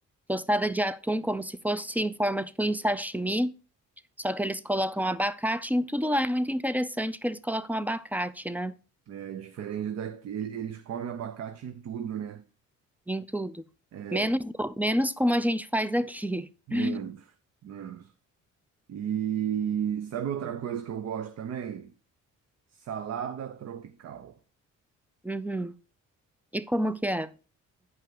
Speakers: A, in the centre; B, on the right.
A: tostada de atum como se fosse em forma tipo em sashimi, só que eles colocam abacate em tudo lá. É muito interessante que eles colocam abacate, né?
B: É diferente daqui, eles comem abacate em tudo, né?
A: Em tudo.
B: É,
A: Menos menos como a gente faz aqui.
B: Menos,
A: <laughs>
B: menos. E sabe outra coisa que eu gosto também? Salada tropical.
A: Uhum. E como que é?